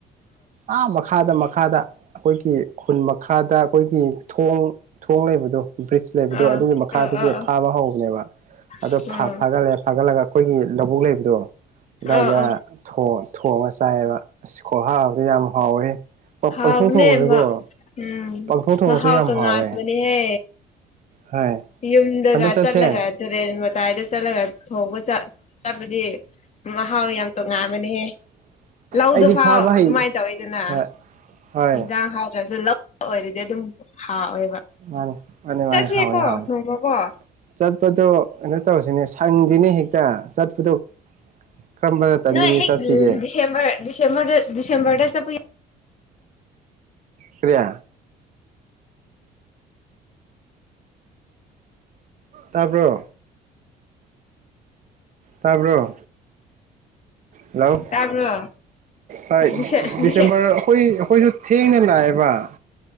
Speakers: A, on the right; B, on the left.
A: ꯑꯥ ꯃꯈꯥꯗ ꯃꯈꯥꯗ ꯑꯩꯈꯣꯏꯒꯤ ꯈꯨꯟ ꯃꯈꯥꯗ ꯑꯩꯈꯣꯏꯒꯤ ꯊꯣꯡ ꯊꯣꯡ ꯂꯩꯕꯗꯣ ꯕ꯭ꯔꯤꯖ ꯂꯩꯕꯗꯣ
B: ꯑꯥ
A: ꯑꯗꯨꯒꯤ ꯃꯈꯥꯗꯒꯤ
B: ꯑꯥ ꯑꯥ ꯑꯥ
A: ꯐꯥꯕ ꯍꯧꯕꯅꯦꯕ ꯑꯗꯣ
B: ꯑꯥ
A: ꯐ ꯐꯒꯠꯂꯦ ꯐꯒꯠꯂꯒ ꯑꯩꯈꯣꯏꯒꯤ ꯂꯧꯕꯨꯛ ꯂꯩꯕꯗꯣ ꯑꯗꯨꯏꯗ
B: ꯑꯥ ꯑꯥ
A: ꯊꯣꯡ ꯊꯣꯡꯉꯥꯒ ꯆꯥꯏꯌꯦꯕ ꯈꯨꯍꯥꯑꯣꯗꯤ ꯑꯗꯨ ꯌꯥꯝ ꯍꯥꯎꯋꯦ
B: ꯍꯥꯎꯅꯦ
A: ꯊꯣꯡꯉꯁꯨꯀꯣ
B: ꯎꯝ
A: ꯄꯪꯊꯣꯡ ꯊꯣꯡꯉꯁꯨ
B: ꯃꯍꯥꯎ
A: ꯌꯥꯝ
B: ꯇꯉꯥꯟꯕꯅꯦꯍꯦ
A: ꯍꯥꯎꯋꯦ ꯍꯣꯏ
B: ꯌꯨꯝꯗꯒ
A: ꯍꯟꯗꯛ ꯆꯠꯁꯦ
B: ꯆꯂꯒ ꯇꯨꯔꯦꯜ ꯃ ꯀꯗꯥꯏꯗ ꯆꯠꯂꯒ ꯊꯧꯕ ꯆꯠ ꯆꯠꯄꯗꯤ ꯃꯍꯥꯎ ꯌꯥꯝ ꯇꯣꯉꯥꯟꯕꯅꯦꯍꯦ ꯂꯧꯗ
A: ꯑꯩꯗꯤ
B: ꯥꯎ
A: ꯐꯥꯕ
B: ꯑꯗꯨꯃꯥꯏ
A: ꯍꯩ
B: ꯇꯧꯋꯤꯗꯅ
A: ꯍꯣꯏ ꯍꯣꯏ
B: ꯍꯟꯖꯥꯡ ꯍꯥꯎꯗ꯭ꯔꯁꯨ ꯂꯧ ꯑꯣꯏꯔꯗꯤ ꯑꯗꯨꯝ ꯍꯥꯎꯋꯦꯕ
A: ꯃꯥꯅꯤ ꯃꯥꯅꯦ
B: ꯆꯠꯁꯦꯀꯣ
A: ꯃꯥꯅꯦ ꯍꯥꯎ ꯍꯥꯎꯣꯏ
B: ꯅꯣꯡꯃꯀꯣ
A: ꯆꯠ ꯆꯠꯄꯗꯣ ꯀꯩꯅꯣ ꯇꯧꯔꯁꯤꯅꯦ ꯁꯪꯗꯅꯦ ꯍꯦꯛꯇ ꯆꯠꯄꯗꯣ ꯀꯔꯝꯕ ꯇꯥꯏꯃꯤꯡꯗ
B: ꯅꯣꯏ ꯍꯦꯛ
A: ꯆꯠꯁꯤꯒꯦ
B: ꯗꯤꯁꯦꯝꯔ ꯗꯤꯁꯦꯝꯔꯗ ꯗꯤꯁꯦꯝꯕꯔꯗ ꯆꯠꯄ
A: ꯀꯔꯤ ꯇꯥꯕ꯭ꯔꯣ ꯇꯥꯕ꯭ꯔꯣ ꯍꯜꯂꯣ
B: ꯇꯥꯕ꯭ꯔꯣ
A: ꯍꯣꯏ
B: ꯗꯤꯁꯦ ꯗꯤꯁꯦ
A: ꯗꯤꯁꯦꯝꯕꯔ ꯑꯩꯈꯣꯏ ꯑꯩꯈꯣꯏꯅ ꯊꯦꯡꯅ ꯂꯥꯛꯑꯦꯕ ꯕ